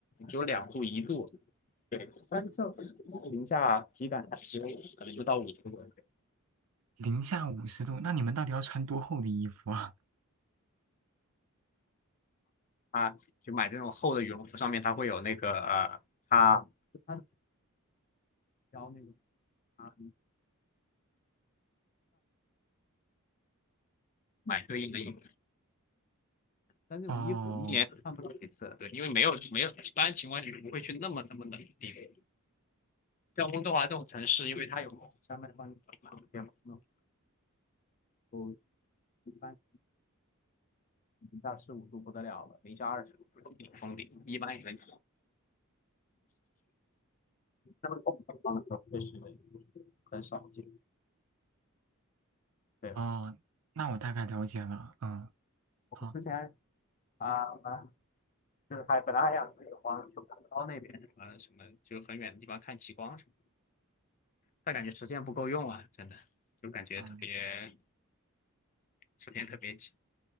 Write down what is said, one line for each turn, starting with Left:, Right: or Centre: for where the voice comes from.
Left: 只有两度一度。对，三上零下体感只有可能就到五度了。
Right: 零下五十度，那你们到底要穿多厚的衣服啊？
Left: 啊，就买这种厚的羽绒服，上面它会有那个呃，它它标那个啊，买对应的衣但这种衣服一年都穿不到几次，
Right: 哦
Left: 对，因为没有没有，一般情况下不会去那么那么冷的地方。像温哥华这种城市，因为它有山脉帮你挡一些那都一般零下十五度不得了了，零下二十度封顶封顶，一般也能。那么地方的时候确实很少见。对，
Right: 哦，那我大概了解了，嗯，
Left: 我之前
Right: 好，
Left: 啊啊，就是还本来还想自己花去广州那边什么什么，就很远的地方看极光什么，但感觉时间不够用啊，真的就感觉特别
Right: 嗯
Left: 时间特别紧。